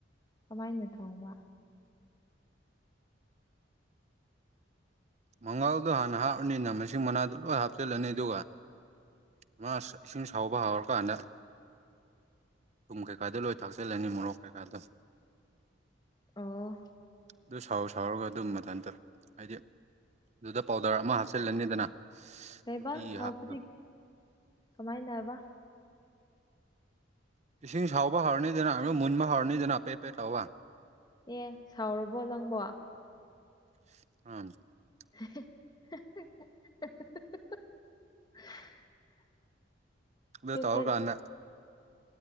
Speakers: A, on the left; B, on the right.
A: ꯀꯃꯥꯏꯅ ꯊꯣꯡꯕ
B: ꯃꯉꯥꯜꯗꯣ ꯍꯥꯟꯅ ꯍꯥꯞꯔꯅꯤꯅ ꯃꯁꯤꯡ ꯃꯅꯥꯗꯨ ꯂꯣꯏ ꯍꯥꯞꯆꯤꯜꯂꯅꯤ ꯑꯗꯨꯒ ꯃꯥꯁ ꯏꯁꯤꯡ ꯁꯧꯕ ꯍꯧꯔꯀꯥꯟꯗ ꯊꯨꯝ ꯀꯩꯀꯥꯗꯨ ꯂꯣꯏ ꯊꯥꯛꯆꯜꯂꯅꯤ ꯃꯣꯔꯣꯛ ꯀꯩꯀꯥꯗꯣ
A: ꯑꯣ
B: ꯑꯗꯨ ꯁꯧꯁ ꯁꯧꯔꯒ ꯑꯗꯨꯝ ꯃꯊꯟꯇ ꯍꯥꯏꯗꯤ ꯑꯗꯨꯗ ꯄꯥꯎꯗꯔ ꯑꯃꯥ ꯍꯥꯞꯆꯤꯜꯂꯅꯤꯗꯅ
A: ꯀꯩꯕ
B: ꯎꯇꯤ
A: ꯍꯥꯎꯄꯗꯤ
B: ꯍꯥꯞꯄꯗꯣ
A: ꯀꯃꯥꯏꯅ ꯍꯥꯏꯕ
B: ꯏꯁꯤꯡ ꯁꯥꯎꯕ ꯍꯧꯔꯅꯤꯗꯅ ꯑꯗꯨ ꯃꯨꯟꯕ ꯍꯧꯔꯅꯤꯗꯅ ꯄꯦꯠ ꯄꯦꯠ ꯂꯥꯎꯕ
A: ꯑꯦ ꯁꯥꯎꯔꯕꯣ ꯅꯪꯕꯣ
B: <unintelligible>
A: <unintelligible>
B: ꯑꯗꯨ
A: ꯄꯦꯄꯦꯠ
B: ꯇꯧꯔ ꯀꯥꯟꯗ